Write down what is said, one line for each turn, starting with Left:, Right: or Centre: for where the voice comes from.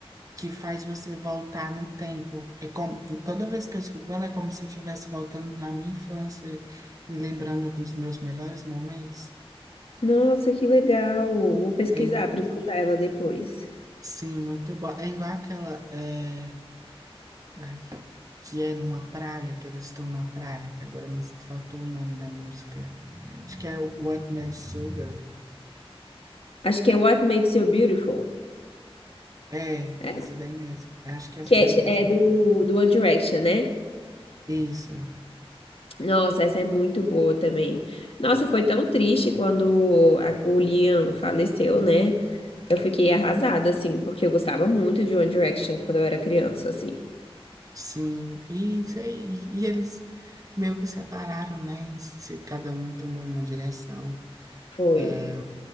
Right: que faz você voltar no tempo. É como, toda vez que eu escuto ela, é como se eu estivesse voltando na minha infância, me lembrando dos meus melhores momentos.
Left: Nossa, que legal. Vou pesquisar
Right: É, in-
Left: para escutar ela depois.
Right: sim, muito bom. É igual aquela é, ai, que é numa praia, que eles estão na praia, que agora me faltou o nome da música. Acho que é o What Made Sugar.
Left: Acho que é What Makes You Beautiful,
Right: É,
Left: é?
Right: essa daí mesmo. Acho que é essa
Left: Que é,
Right: daí mesmo.
Left: é do, do One Direction, né?
Right: Isso.
Left: Nossa, essa é muito boa também. Nossa, foi tão triste quando a- o Liam faleceu, né? Eu fiquei arrasada, assim, porque eu gostava muito de One Direction quando eu era criança, assim.
Right: Sim, e, isso e, eles meio que separaram, né? Se cada um tomou uma direção.
Left: Foi.
Right: É,